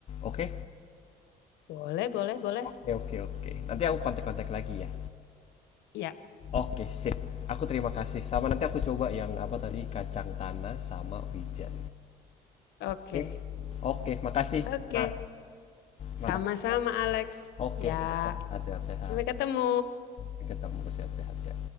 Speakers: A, on the left; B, on the left.
A: Oke?
B: Boleh, boleh, boleh.
A: Oke, oke, oke. Nanti aku kontak-kontak lagi ya.
B: Ya,
A: Oke, sip. Aku terima kasih. Sama nanti aku coba yang apa tadi kacang tanah sama wijen.
B: oke.
A: Oke, oke, makasih.
B: Oke.
A: Nah, makasih.
B: Sama-sama, Alex.
A: Oke,
B: Ya,
A: sehat-sehat, sehat-sehat.
B: sampai ketemu.
A: Ketemu sehat-sehat ya.